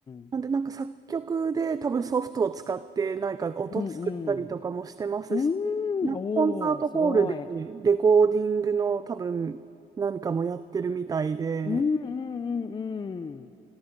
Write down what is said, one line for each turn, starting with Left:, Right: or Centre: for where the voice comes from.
Left: ん。
Right: なんで、なんか作曲で多分ソフトを使ってなんか音作ったりとかもしてますし、
Left: うん、うん。う
Right: なんかコンサートホールでレコーディングの多分何かもやってるみたいで、
Left: ーん、おー、すごい。うん、うん、うん、うん。